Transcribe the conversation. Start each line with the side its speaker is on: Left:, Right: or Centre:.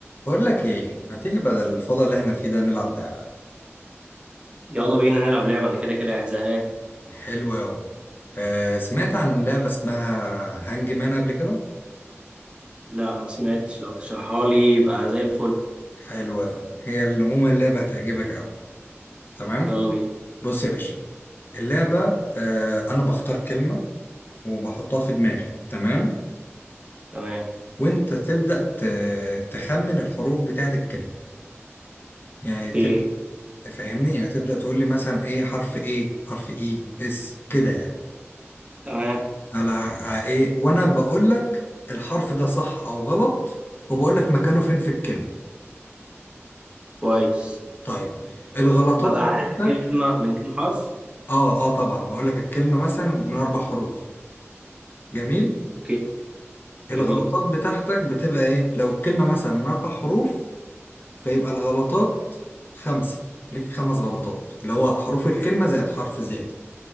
Left: بقول لك ايه ما تيجي بدل الفضاء اللي احنا فيه ده نلعب لعبة
Right: يلا بينا نلعب لعبة أنا كده كده قاعد زهقان
Left: حلوة أوي آه سمعت عن لعبة اسمها هانج مان قبل كده
Right: لا ما سمعتش لو تشرحها لي يبقى زي الفل
Left: حلوة أوي هي اللي- عموما اللعبة هتعجبك أوي تمام
Right: يلا بينا
Left: بص يا باشا اللعبة آه أنا بختار كلمة وبحطها في دماغي تمام
Right: تمام
Left: وأنت تبدأ ت- تخمن الحروف بتاعت الكلمة يعني
Right: اوكي
Left: تبدأ فاهمني يعني تبدأ تقول لي مثلا ايه حرف ايه حرف ايه اس كده يعني
Right: تمام
Left: على ع- ايه وانا بقول لك الحرف ده صح او غلط وبقول لك مكانه فين في الكلمه
Right: كويس
Left: طيب الغلطات
Right: ببقى
Left: بتاعتك
Right: عارف الكلمة من كام حرف
Left: اه اه طبعا بقول لك الكلمه مثلا من اربع حروف جميل
Right: اوكي
Left: الغلطات
Right: جميل
Left: بتاعتك بتبقى ايه لو الكلمه مثلا من اربع حروف فيبقى الغلطات خمسه ليك خمس غلطات اللي هو حروف الكلمه زائد حرف زياده